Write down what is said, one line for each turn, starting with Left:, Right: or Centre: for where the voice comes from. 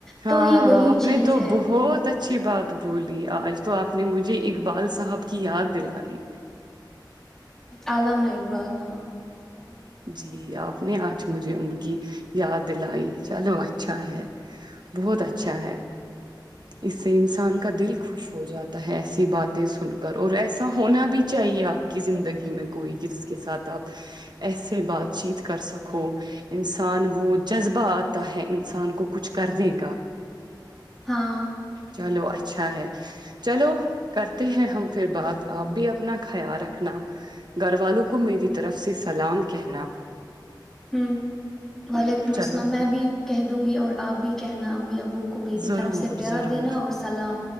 Right: ہاں
Centre: تو یہ
Right: ہاں
Centre: وہی
Right: ہاں اپنے
Centre: چیز
Right: تو
Centre: ہے
Right: بہت اچا اچھی بات بولی آج تو آپ نے مجھے اقبال س صحب کی یاد دلائی
Centre: علیامہ اقبال ہاں
Right: جی آپ نے آج مجھے ان کی یاد دلائی چلو اچھا ہے بہت اچھا ہے اس سے انسان کا دل خوش ہو جاتا ہے ایسی باتیں سن کر اور ایسا ہونا بھی چاہیے آپ کی زندگی میں کوئی کہ جس کے ساتھ آپ ایسے بات چیت کر سکو انسان وہ جذبہ آتا ہے انسان کو کچھ کرنے کا
Centre: ہاں
Right: چلو اچھا ہے چلو کرتے ہیں ہم پھر بات آپ بھی اپنا ختیال رکھنا گھر والوں کو میری طرف سے سلام کہنا
Centre: ہوں وعلیکم
Right: چلو
Centre: السلام میں
Right: پھر
Centre: بھی کہہ دوں گی اور آپ بھی کہنا امی اب ابو کو میری
Right: ضرور
Centre: طرف سے پیار
Right: ضرور
Centre: دینا اور سلام